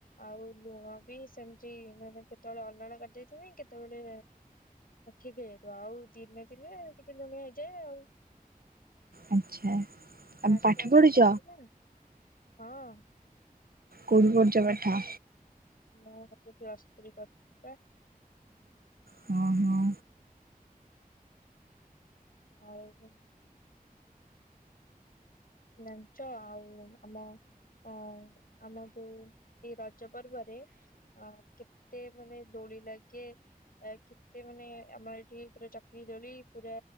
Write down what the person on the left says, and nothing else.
ଆଉ ଲୁଣ ବି ସେମିତି ମାନେ କେତେବେଳେ ଅଲଣା କରିଦେଇଥିବି କେତେବେଳେ ଠିକ୍ ହେଇଯାଇଥିବ ଆଉ ଦିନେ ଦିନେ ଟିକେ ଲୁଣିଆ ହେଇଯାଏ ଆଉ
ଫାଷ୍ଟ
ଫାଷ୍ଟ
କରୁଛି ନା ହଁ।
ମୁଁ ଏବେ ପ୍ଲସ୍ ଥ୍ରୀ କରିଛି ପା।
ଆଉ- ଜାଣିଛ ଆଉ ଆମ ହଁ ଆମର ଯୋଉ ଏଇ ରଜ ପର୍ବରେ ଅ କେତେ ମାନେ ଦୋଳି ଲାଗେ କେତେ ମାନେ ଆମର ଏଠି ଚକ୍ରୀ ଦୋଳି ପୁରା